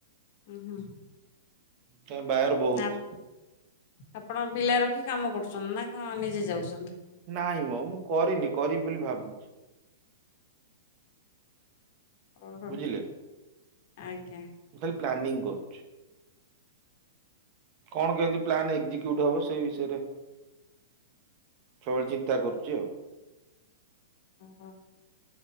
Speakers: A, on the left; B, on the right.
A: ହୁଁ ହୁଁ।
B: <unintelligible>
A: ଆପ- ଆପଣ ପିଲା ରଖି କାମ କରୁଛନ୍ତି ନା କଣ ନିଜେ ଯାଉଛନ୍ତି?
B: ନାଇଁ ମ ମୁଁ କରିନି କରିବି ବୋଲି ଭାବୁଛି।
A: ଓହୋ
B: ବୁଝିଲେ
A: ଆଜ୍ଞା।
B: ଖାଲି ପ୍ଲାନିଂ କରୁ କଣ କେମିତି ପ୍ଲାନ୍ ଏକ୍ଜିକ୍ୟୁଟ ହବ ସେଇ ବିଷୟରେ। ସବୁବେଳେ ଚିନ୍ତା କରୁଛି ଆଉ।
A: ଓହୋ